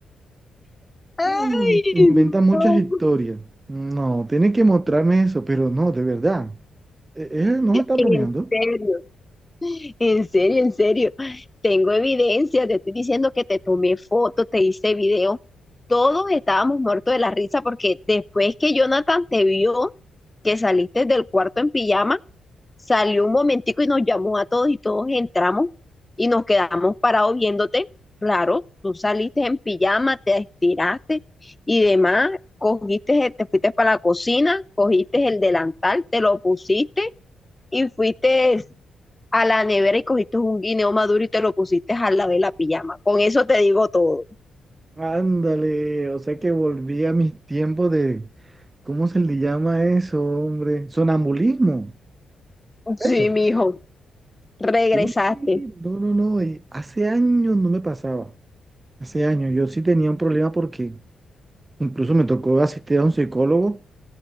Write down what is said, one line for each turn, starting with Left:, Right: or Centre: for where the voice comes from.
Right: Mm,
Left: Ay,
Right: inventa
Left: no.
Right: muchas historias. No, tiene que mostrarme eso, pero no, de verdad. E- Él no me está
Left: En
Right: bromeando.
Left: serio, En serio, en serio. Tengo evidencia, te estoy diciendo que te tomé fotos, te hice video. Todos estábamos muertos de la risa porque después que Jonathan te vio que saliste del cuarto en pijama, salió un momentico y nos llamó a todos y todos entramos y nos quedamos parados viéndote. Claro, tú saliste en pijama, te estiraste y demás, cogiste, te fuiste para la cocina, cogiste el delantal, te lo pusiste y fuiste a la nevera y cogiste un guineo maduro y te lo pusiste al lado de la pijama. Con eso te digo todo.
Right: Ándale, o sea que volví a mis tiempos de, ¿cómo se le llama eso, hombre? Sonambulismo.
Left: Sí,
Right: Eso.
Left: mijo, regresaste.
Right: Uy, sí, no, no, no, eh, hace años no me pasaba, hace años yo sí tenía un problema porque incluso me tocó asistir a un psicólogo